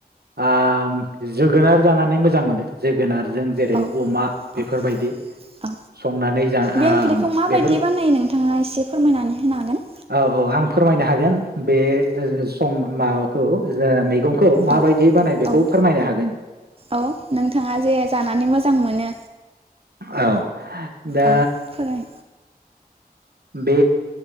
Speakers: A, on the right; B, on the right.
A: ओम जोगोनार जानानै मोजां मोनो जोगोनाद। जों जेरै
B: औ
A: अमा
B: औ
A: बेफोरबायदि।
B: औ
A: संनानै जा ओ
B: बे ओंख्रिखौ माबायदि
A: बेफोर
B: बानायो नोंथाङा एसे फोरमायनानै होनो हागोन।
A: औ औ आं फोरमायनो हागोन बे सं माबाखो मैगं। माबायदि
B: औ
A: बानाय बेखौ
B: औ
A: फोरमायनो हागोन
B: औ नोंथाङा जे जानानै मोजां मोनो
A: औ औ दा।
B: औ फोराय
A: बे।